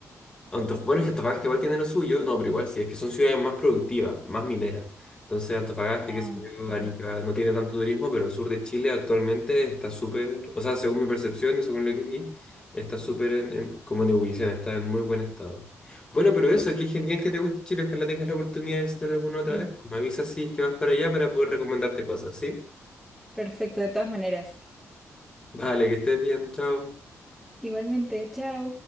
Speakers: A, on the left; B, in the centre.
A: Antofagasta, bueno, es que Antofagasta igual tiene lo suyo, no, pero igual sí, es que son ciudades más productivas, más mineras. Entonces Antofagasta,
B: Ah,
A: qué sé yo,
B: ok.
A: Arica, no tiene tanto turismo, pero el sur de Chile actualmente está súper, o sea, según mi percepción y según lo que vi, está súper en, en- como en ebullición, está en muy buen estado. Bueno, pero eso, qué genial que te guste Chile, ojalá tengas la oportunidad de visitar alguna otra
B: Sí.
A: vez. Pues Me avisas si es que vas para allá para poder recomendarte cosas, ¿sí?
B: Perfecto, de todas maneras.
A: Vale, que estés bien, chao.
B: Igualmente, chao.